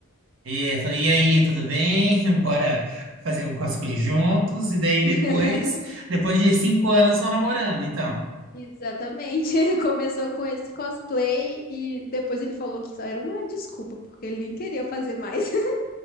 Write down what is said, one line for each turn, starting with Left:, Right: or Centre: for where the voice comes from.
Right: E eu falei, e aí, tudo bem? <laughs> Bora fazer um cosplay juntos. E daí
Left: <laughs>
Right: depois, depois de cinco anos só namorando, então.
Left: Exatamente. <laughs> Começou com esse cosplay e depois ele falou que só era uma desculpa, porque ele nem queria fazer mais. <laughs>